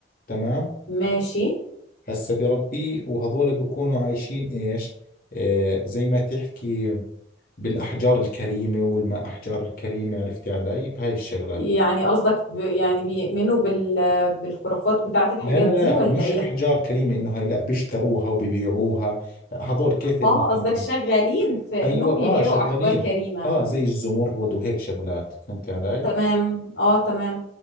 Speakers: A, on the left; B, on the left.
A: تمام
B: ماشي
A: هسا بربيه وهذول بيكونوا عايشين إيش آه، زي ما تحكي بالأحجار الكريمة والما أحجار الكريمة عرفتي علي بهاي الشغلات
B: يعني قصدك ب... يعني بيؤمنوا بال... بالخرافات بتاعة الحاجات
A: لا لا
B: دي
A: لا
B: ولا
A: مش
B: ايه؟
A: احجار كريمه انه هاي لا بيشتروها وبيبيعوها لا، هذول كيف مثلا
B: اه قصدك شغالين في
A: ايوه
B: انهم
A: اه
B: يبيعوا
A: شغالين
B: احجار كريمة
A: اه زي الزمرد وهيك شغلات فهمت علي
B: تمام اه تمام